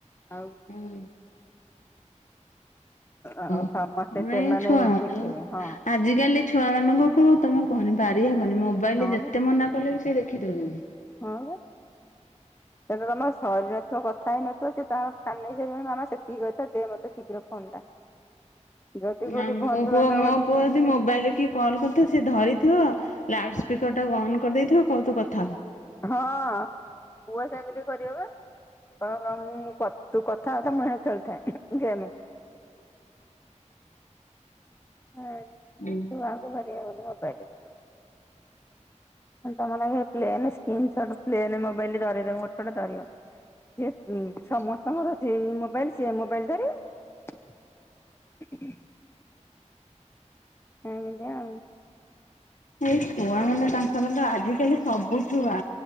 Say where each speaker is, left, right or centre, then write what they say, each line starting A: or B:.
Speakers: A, on the left; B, on the left.
A: ଆଉ
B: ହୁଁ।
A: ଆଉ
B: ଓହୋ
A: ସମସ୍ତେ
B: <inaudible>
A: ସେମାନେ
B: ଛୁଆ
A: ଦେଖିବେ ହଁ
B: ଆଜିକାଲି ଛୁଆ ମାନଙ୍କୁ କୁ ତମେ କୁହନି ପାରି ହବନି ମୋବାଇଲ
A: ନହେଲେ
B: ଯେତେ ମନା କଲେ ବି ସେ ଦେଖି ଦଉଛନ୍ତି।
A: ହଁ ବା
B: <unintelligible>
A: ସେ ତମର ସରୀ ନଥିବ କଥା ହେଇନଥିବ ସେ ତାଙ୍କର ଟାଣିନେଇ ସାରିବଣି ମାମା ସେତିକି କହିଥା ଦେ ମୋତେ ଶୀଘ୍ର ଫୋନ ଟା। ଯଦି କୋଉଠି
B: ନା ମୋ
A: ବନ୍ଧୁବାନ୍ଧବ
B: ପୁଅ ମୋ
A: କତିକି
B: ପୁଅ ଯଦି ମୋବାଇଲି କି କଲ୍ କରିଥିବ ସେ ଧରିଥିବ ଲାଉଡ ସ୍ପିକର ଟାକୁ ଅନ୍ କରିଦେଇଥିବ କହିବ ତୁ କଥା ହ।
A: ହଁ ପୁଅ ସେମିତି କରିବ ବା। ହଁ ମୁଁ ତୁ କଥା ହତା ମୁହଁ ଖେଳିୁଥାଏ ଗେମ। ହଁ।
B: ହୁଁ।
A: ଛୁଆଙ୍କୁ ପାରି ହବନି ମୋବାଇଲୀ <inaudible> ତମ ଲାକ୍ଷେ ପ୍ଲେନ ସ୍କ୍ରିନିଷଟ ପ୍ଲେନ୍ ମୋବାଇଲ ଧାରେଇ ଦବ ଗୋଟେ ଗୋଟେ ଧରିବ। ଯିଏ ସମସ୍ତଙ୍କର ସେଇ ମୋବାଇଲି ସେ ଏଇ ମୋବାଇଲ ଧରିବେ? <unintelligible> ଏମିତି ଆଉ
B: ଏଇ ଛୁଆ ମାନେ ତାଙ୍କର ତ ଆଜିକାଲି ସବୁଛୁଆ